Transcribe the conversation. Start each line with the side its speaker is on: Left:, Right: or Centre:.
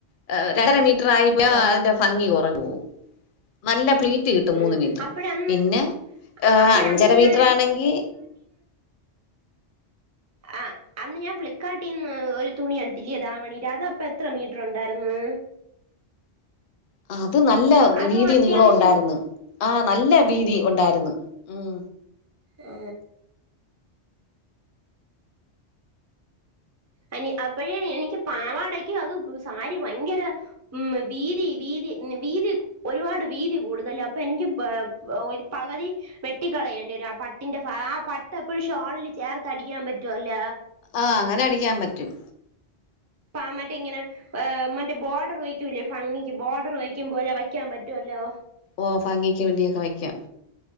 Left: <unintelligible> <unintelligible> അതിന്റെ
Right: ആ
Left: ഭംഗി കുറഞ്ഞു പോവും നല്ല ഫ്ലീറ്റ് കിട്ടും
Right: ഉം
Left: മൂന്ന് മീറ്റർ
Right: അപ്പഴന്ന്
Left: പിന്നെ
Right: അപ്പോഴ
Left: അഞ്ചര
Right: അന്ന് ഞാൻ
Left: മീറ്റർ ആണെങ്കി
Right: ആഹ് അന്ന് ഞാൻ ഫ്ലിപ്പ്കാർട്ടിന്ന് ഒരു തുണി എടുത്തില്ലേ ദാവണിടെ അത് അപ്പൊ എത്ര മീറ്റർ ഉണ്ടായിരുന്നു?
Left: ആ അത് നല്ല
Right: അതും
Left: വീതി
Right: അത്യാവശ്യം
Left: നീളം ഉണ്ടായിരുന്നു ആ നല്ല വീതി ഉണ്ടായിരുന്നു ഉം
Right: ആ അനി അപ്പഴേ എനിക്ക് പാവാടക്ക് അത് സാരി ഭയങ്കര ഉം വീതി വീതി വീതി ഒരുപാട് വീതി കൂടുതൽ അപ്പൊ എനിക്ക് ഒരു പകുതി വെട്ടിക്കളയേണ്ടി വര ആ പട്ടിന്റെ ആ പട്ട് എപ്പോഴും ഷോളില് ചേർത്ത് അടിക്കാൻ പറ്റുവല്ല
Left: ആ അങ്ങനെ അടിക്കാൻ പറ്റും
Right: ആ മറ്റ ഇങ്ങനെ മറ്റേ ബോർഡർ വഴിക്കൂല്ലേ ഭംഗിക്ക് ബോർഡർ വഴിക്കും പോലെ വയ്ക്കാൻ പറ്റുവല്ലോ
Left: ഓ ഭാംഗിക്ക് വേണ്ടിയൊക്കെ വയ്ക്കാം